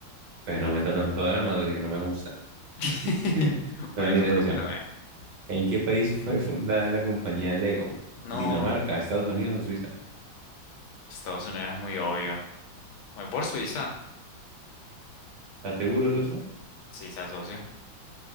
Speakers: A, on the right (about 60°); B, on the left (about 80°).
A: Pues no meta tanto drama, así que no me gusta.
B: <laughs>
A: <laughs> Bueno,
B: O listo,
A: mire,
B: pregúntame.
A: socio. ¿En qué país fue fundada la compañía Lego?
B: No,
A: ¿Dinamarca, Estados Unidos o Suiza?
B: Estados Unidos es muy obvio. Voy por Suiza.
A: ¿Estás seguro, socio?
B: Sí, se asocio.